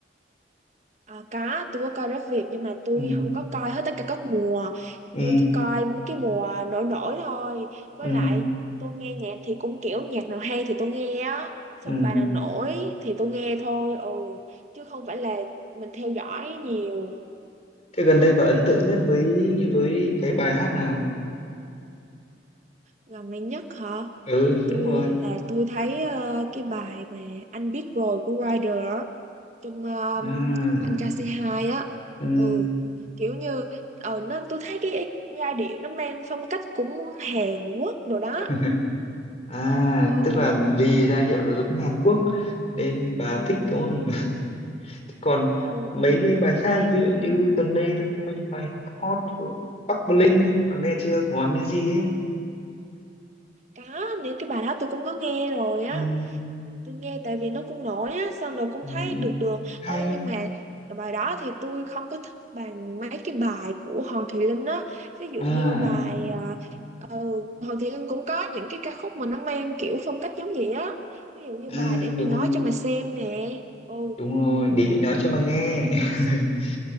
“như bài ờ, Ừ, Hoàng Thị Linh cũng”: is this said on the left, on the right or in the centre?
Right